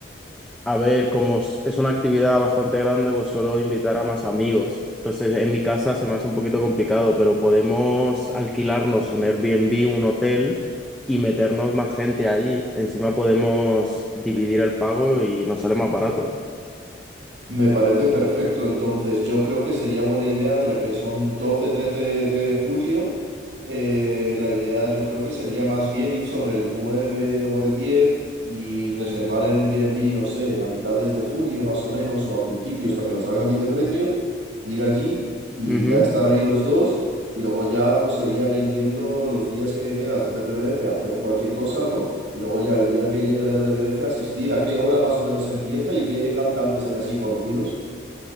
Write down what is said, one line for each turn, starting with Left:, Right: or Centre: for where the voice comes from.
Centre: A ver, como s- es una actividad bastante grande, pues suelo invitar a más amigos. Entonces, en mi casa se me hace un poquito complicado, pero podemos alquilarnos un Airbnb, un hotel y meternos más gente ahí. Encima podemos dividir el pago y nos sale más barato.
Right: Me parece perfecto. Entonces, yo creo que sería buena idea, ya que son doce trece de julio. Eh, la idea yo creo que sería más bien ir sobre el 9 o el 10 y reservar el Airbnb, no sé, a mitades de junio más o menos o a principios para que nos salga bien de precio, ir allí y
Centre: Ujú.
Right: ya estar ahí los dos y luego ya pues sería ir viendo los días que queda hasta el RBF, hacer cualquier cosa, ¿no? Y luego ya el día que llegue el RBF asistir a qué hora más o menos empieza y qué cantantes hay así conocidos.